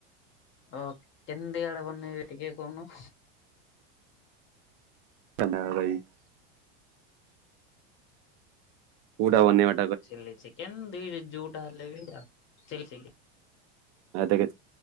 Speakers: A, on the left; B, on the right.
A: ଓ <unintelligible> ଟିକେ କହୁନୁ?
B: <unintelligible> କୋଉଟା ବନେଇବ
A: ଚିଲି ଚିକେନ ଦି ଯୋଉଟା ହେଲେ ବି ଆଉ ଚିଲି ଚିକ୍
B: <unintelligible>